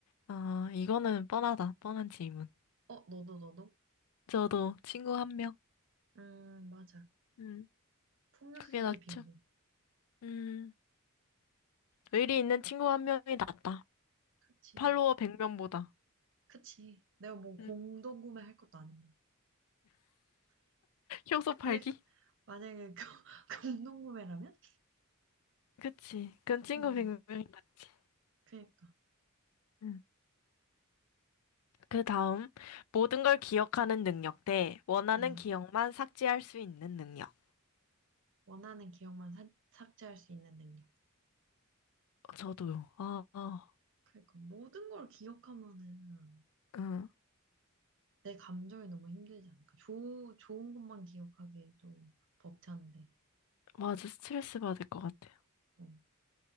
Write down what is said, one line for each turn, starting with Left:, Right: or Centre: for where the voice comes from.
Left: 아, 이거는 뻔하다. 뻔한 질문.
Right: 어, 너도, 너도?
Left: 저도 친구 한 명.
Right: 음, 맞아.
Left: 음,
Right: 풍요 속의
Left: 그게 낫죠.
Right: 빈곤.
Left: 음, 의리 있는 친구 한 명이 낫다.
Right: 그치.
Left: 팔로워 100명보다.
Right: 그치. 내가 뭐 공동
Left: 음,
Right: 구매할 것도 아니고.
Left: 효소 팔기?
Right: 만약, 만약에 <laughs> 공동 구매라면?
Left: 그치. 그건 친구
Right: 음,
Left: 100명이 낫지.
Right: 그니까.
Left: 음. 그 다음, 모든 걸 기억하는 능력 대 원하는
Right: 네.
Left: 기억만 삭제할 수 있는 능력.
Right: 원하는 기억만 삭- 삭제할 수 있는 능력.
Left: 저도요. 아, 아,
Right: 그니까. 모든 걸 기억하면은
Left: 응.
Right: 내 감정이 너무 힘들지 않을까. 좋 좋은 것만 기억하기에도 벅찬데,
Left: 맞아, 스트레스 받을 것 같아요.
Right: 어,